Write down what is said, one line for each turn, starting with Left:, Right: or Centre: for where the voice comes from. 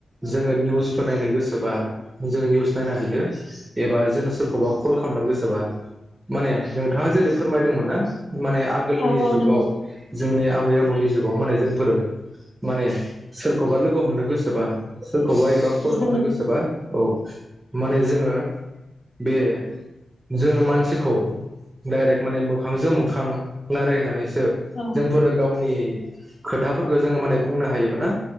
Right: जोङो निउसफोर नायनो गोसोबा जोंङो निउस नायनो हायो। एबा जों सोरखौबा कल खालामनो गोसोबा माने नोंथाङा जेरै फोरमायदोंमोन ना माने आगोलनि
Left: औ औ
Right: जुगाव
Left: नंगौ
Right: जोंनि आब आबै आबौनि जुगाव माने जोंफोरो माने सोरखौबा लोग हमनो गोसोबा सोरखौबा एबा
Left: जोङो
Right: कल खालामनो गोसोबा औ। माने जोङो बे जोङो मानसिखौ डाइरेक्ट माने मोखांजों मोखां रायलायनानैस सो
Left: औ
Right: जोंफोरो गावनि खोथाफोरखौ जोङो माने बुंनो हायोबो ना?